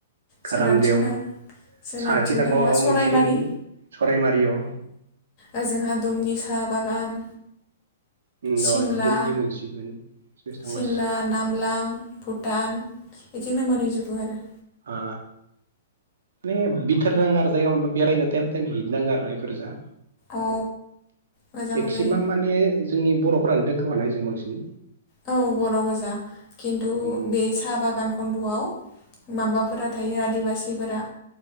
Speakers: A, on the right (about 80°); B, on the left (about 30°).
A: कारामदेव
B: सोनाबथिं थां। सोनाबथिं
A: साहाखि थांबा माबा
B: सरायमारि
A: मोनसिगोन सरायमारिअ
B: ओ जोंहा दुमनि साहा बागान।
A: उम द-दमनि
B: सिमला
A: मोनसिगोन। सोरखि थांबा
B: सिमला, नामलां, भुटान इथिंनो मोनहैजोबो आरो।
A: ओ ने बिथोर नाङो आरो जायगा बेरायनो थायम थायम हिद नाङो आरो ना इफोरजा।
B: औ मोजां
A: मेक्सिमाम
B: जायो
A: माने जोंनि बर'फ्रानो दोंखोमाना‌ इजों बांसिन।
B: औ बर' गोजा खिन्थु
A: उम
B: बे साहा बागान खन्द'आव माबाफोरा थायो आदिबासिफोरा।